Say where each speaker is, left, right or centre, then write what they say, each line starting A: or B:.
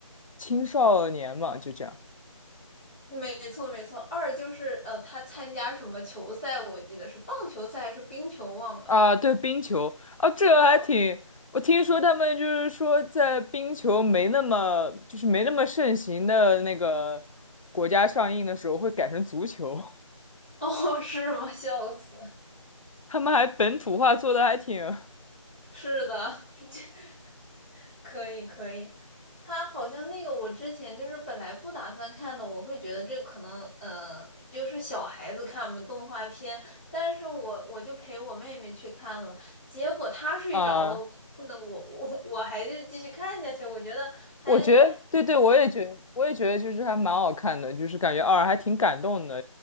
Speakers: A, on the left; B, on the left.
A: 青少年嘛，就这样
B: 没错没错。二就是呃，他参加什么球赛？我记得是棒球赛还是冰球，忘了。
A: 啊。对，冰球啊，这个还挺，
B: 嗯，
A: 我听说他们就是说在冰球没那么就是没那么盛行的那个国家上映的时候，会改成足球。<laughs>
B: <laughs> 哦，是吗？<laughs> 笑死！
A: 他们还本土化做的还挺
B: 是的，<laughs> 可以可以。他好像那个，我之前就是本来不打算看的，我会觉得这可能，呃，就是小孩子看嘛，动画片。但是我我就陪我妹妹去看了，结果她睡着了，
A: 啊，
B: 我看的我我我还是继续看下去，我觉得还就还
A: 我觉得对对，我也觉得我也觉得就是还蛮好看的，就是感觉二还挺感动的，